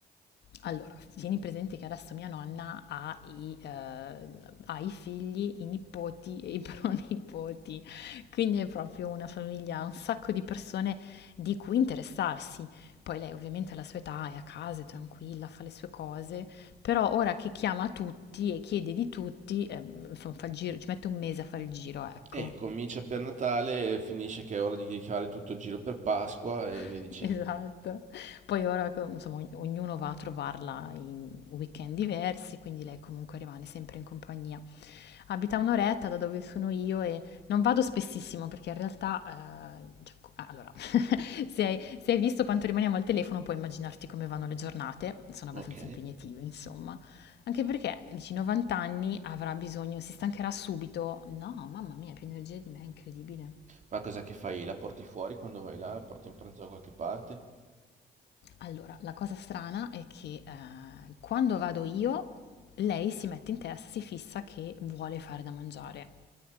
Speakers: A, on the left (about 75°); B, on the right (about 45°).
A: allora, tieni presente che adesso mia nonna ha i, eh, ha i figli, i nipoti e i <laughs> pronipoti, quindi è proprio una famiglia, un sacco di persone di cui interessarsi. Poi lei ovviamente alla sua età è a casa, è tranquilla, fa le sue cose, però ora che chiama tutti e chiede di tutti, eh, fa- fa il giro, ci mette un mese a fare il giro, ecco.
B: Eh, comincia per Natale, finisce che è ora di fare tutto il giro per Pasqua e via
A: <laughs>
B: dicendo.
A: Esatto. Poi ora, co- insomma, ogn- ognuno va a trovarla in weekend diversi, quindi lei comunque rimane sempre in compagnia. Abita un'oretta da dove sono io e non vado spessissimo perché in realtà, eh, cioè, co- ah, allora, <laughs> se hai, se hai visto quanto rimaniamo al telefono puoi immaginarti come vanno le giornate, sono
B: Ok.
A: abbastanza impegnative, insomma. Anche perché, dici, 90 anni avrà bisogno, si stancherà subito. No, mamma mia, più energia di me, è incredibile.
B: Ma cos'è che fai? La porti fuori quando vai là? La porti in pranzo da qualche parte?
A: Allora, la cosa strana è che eh, quando vado io, lei si mette in testa, si fissa che vuole fare da mangiare.